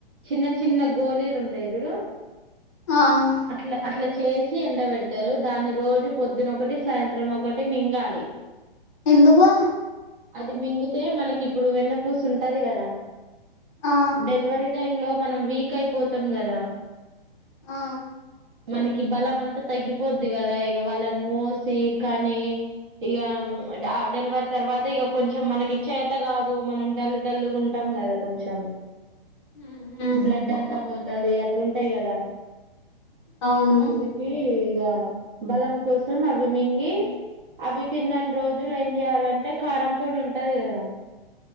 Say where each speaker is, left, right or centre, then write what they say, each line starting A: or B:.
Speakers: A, on the right; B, on the left.
A: చిన్న చిన్న గోళీలు ఉంటాయి చూడు
B: ఆ
A: అట్ల అట్ల చేసి ఎండ పెడతారు దాన్ని రోజు పొద్దున ఒకటి సాయంత్రం ఒకటి మింగలి
B: ఎందుకూ
A: అది మింగితే మనకి ఇప్పుడు వెన్నపూసు ఉంటది కదా
B: ఆ
A: డెలివరీ టై లో మనం వీకైపోతం గద
B: ఆ
A: మనకి బలమంత తగ్గిపోద్ది గద ఇగ వాళ్ళన్ మోసి కనీ ఇగ అమ్ అ డెల్వరి తర్వాత ఇగ కొంచం మనకి చేత గాదు మనం డల్లు డల్లుగుంటం గద కొంచం
B: ఉహు,
A: బ్లడ్డంత పోతది అట్లుంటయ్ గద
B: అవును
A: అందికీ ఇగ బలం కోసం అవి మింగి అవి తిన్నన్రోజుల ఏం జెయ్యాలంటె కారంపొడుంటది గద